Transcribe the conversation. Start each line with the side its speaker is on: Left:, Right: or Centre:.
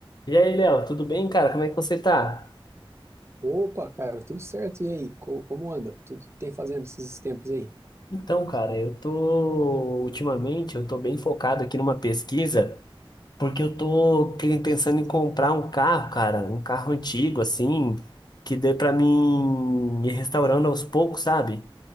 Left: E aí, Léo, tudo bem, cara? Como é que você tá?
Right: Opa, cara, tudo certo? E aí, co- como anda? Tudo que tem fazendo esses tempos aí?
Left: Então, cara, eu tô ultimamente, eu tô bem focado aqui numa pesquisa, porque eu tô pre- pensando em comprar um carro, cara, um carro antigo assim, que dê pra mim ir restaurando aos poucos, sabe?